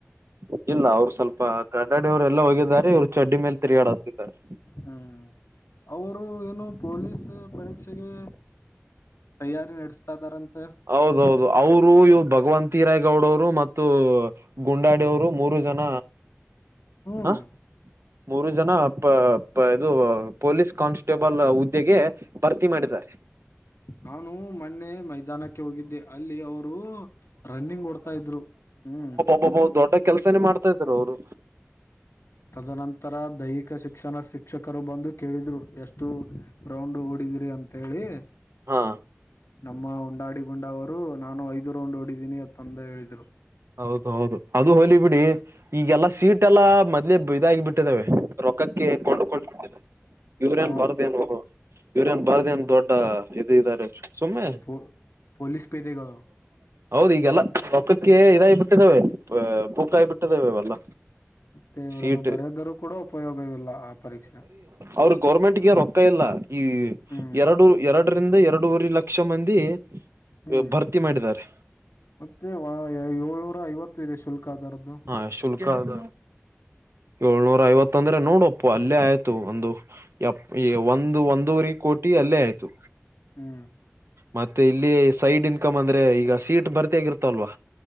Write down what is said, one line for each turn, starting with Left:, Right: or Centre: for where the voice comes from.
Right: ಹ್ ಇಲ್ಲ ಅವ್ರು ಸ್ವಲ್ಪ ಗಡ್ಡಾಡಿ ಅವ್ರ್ ಎಲ್ಲೋ ಹೋಗಿದ್ದಾರೆ ಇವ್ರು ಚಡ್ಡಿ ಮೇಲ್ ತಿರ್ಗಾಡಕತ್ತಿದ್ದಾರೆ.
Left: ಹ್ಮ್ ಅವ್ರು ಏನೊ ಪೊಲೀಸ್ ಪರೀಕ್ಷೆಗೆ. ತಯಾರಿ ನಡ್ಸ್ತಾ ಇದಾರಂತೆ.
Right: ಹೌದೌದು ಅವ್ರು ಇವ್ರ್ ಭಗ್ವಂತಿ ರಾಯ್ ಗೌಡವ್ರು ಮತ್ತು ಗುಂಡಾಡಿಯವ್ರು ಮೂರು ಜನ.
Left: ಹ್ಮ್
Right: ಆಹ್ ಮೂರು ಜನ ಪ ಪ ಇದು ಪೊಲೀಸ್ ಕಾನ್ಸ್ ಟೇಬಲ್ ಹುದ್ದೆಗೆ ಭರ್ತಿ ಮಾಡಿದ್ದಾರೆ.
Left: ನಾನು ಮೊನ್ನೆ ಮೈದಾನಕ್ಕೆ ಹೋಗಿದ್ದೆ ಅಲ್ಲಿ ಅವ್ರೂ ರನ್ನಿಂಗ್ ಓಡ್ತಾ ಇದ್ರು ಹ್ಮ್.
Right: ಒಬ್ಬವ್ ದೊಡ್ಡ ಕೆಲ್ಸನೇ ಮಾಡ್ತಾ ಇದರ್ ಅವ್ರು.
Left: ತದನಂತರ ದೈಹಿಕ ಶಿಕ್ಷಣ ಶಿಕ್ಷಕರು ಬಂದು ಕೇಳಿದ್ರು ಎಷ್ಟ್ ಟು ರೌಂಡು ಓಡಿದಿರಿ ಅಂತ ಹೇಳಿ.
Right: ಹಾ
Left: ನಮ್ಮ ಉಂಡಾಡಿ ಗುಂಡವರು ನಾನು ಐದು ರೌಂಡ್ ಓಡಿದ್ದೀನಿ. ತಂದ ಹೇಳಿದ್ರು
Right: ಹೌದು ಹೌದು, ಅದು ಹೋಲಿ ಬಿಡಿ. ಈಗೆಲ್ಲಾ ಸೀಟ್ ಎಲ್ಲಾ ಮೊದ್ಲೆೇ ಇದಾಗಿ ಬಿಟ್ಟಿದವೆ. ರೊಕ್ಕಕ್ಕೆ ಕೊಂಡುಕೊಂಡು ಬಿಟ್ಟಿದೆ, ಯೂವ್ರೇನ್
Left: ಆ
Right: ಬಾರ್ದೇನು ಯೂವ್ರೇನ್ ಬಾರ್ದೇನ್
Left: ಹ್ಮ್
Right: ದೊಡ್ ಡ್ಡ ಇದ್ ಇದಾರೆ ಸುಮ್ನೆ.
Left: ಪೋ ಪೊಲೀಸ್ ಪೇದೆಗಳು
Right: ಹೌದ್ ಈಗೆಲ್ಲ ಪಕ್ಕಕ್ಕೆ ಇದಾಗ್ ಬಿಟ್ಟಿದವೆ, ಬುಕ್ಕಾಗ್ಬಿಟ್ಟಿದ್ದಾವೆ ಅವೆಲ್ಲ.
Left: ಮತ್ತೇ ಇವ್ರ
Right: ಸೀಟ್
Left: ಬರೆದರೂ ಕೂಡ ಉಪಯೋಗವಿಲ್ಲ ಆ ಪರೀಕ್ಷೆ.
Right: ಅವ್ರ್ ಗೌರ್ಮೆಂಟ್ಗೆ ರೊಕ್ಕ ಇಲ್ಲ ಈ
Left: ಹ್ಮ್
Right: ಎರಡು ಎರ್ಡರಿಂದ ಎರ್ಡೂವರೆ ಲಕ್ಷ ಮಂದಿ ಮಂದಿ
Left: ಹ್ಮ್
Right: ಭರ್ತಿ ಮಾಡಿದಾರೆ
Left: ಮತ್ತೆ ವ ಏಳ್ನೂರ ಐವತ್ತು ಇದೆ ಶುಲ್ಕ ಅದರದ್ದು.
Right: ಹ ಶುಲ್ಕ ಅದ್ ಏಳ್ನೂರ ಐವತ್ ಅಂದ್ರೆ ನೋಡು ಅಪ್ಪ ಅಲ್ಲೇ ಆಯ್ತು ಒಂದು. ಎಪ್ ಎ ಒಂದು ಒಂದೂವರೆ ಕೋಟಿ ಅಲ್ಲೇ ಆಯ್ತು.
Left: ಹ್ಮ್
Right: ಮತ್ತೆ ಇಲ್ಲಿ ಸೈಡ್ ಇನ್ಕಮ್ ಅಂದ್ರೆ ಈಗ ಸೀಟ್ ಭರ್ತಿ ಆಗೀರ್ ಇರ್ತಲ್ವಾ.